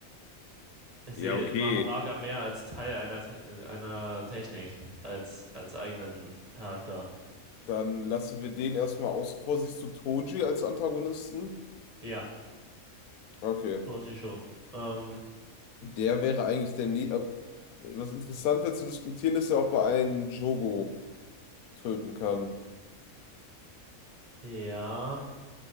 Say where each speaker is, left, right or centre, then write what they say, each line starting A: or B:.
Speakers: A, on the right; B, on the left.
A: Ich
B: Ja,
A: sehe
B: okay.
A: Mahoraga mehr als Teil einer, Te einer Technik, als, als eigenen Charakter.
B: Dann lassen wir den erstmal außen vor. Siehst du Toji als Antagonisten?
A: Ja,
B: Okay.
A: Roshi schon. Ähm,
B: Der wäre eigentlich der Nä äh, Was interessant wäre zu diskutieren, ist ja, ob er einen Jogo töten kann.
A: ja.